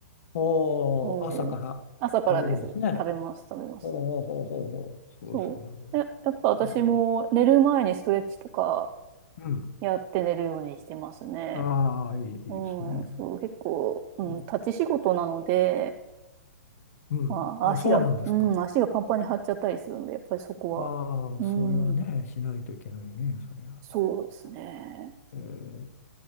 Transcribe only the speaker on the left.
おう朝から食べるんですね。
ほうほうほうほうほう。そうそうそ
う。えーうん。
ああ、いい、いいですね。
ええ
うん。
あ、
そうなんですか。
ああ、
それはね、しないといけないね、そりゃ。
え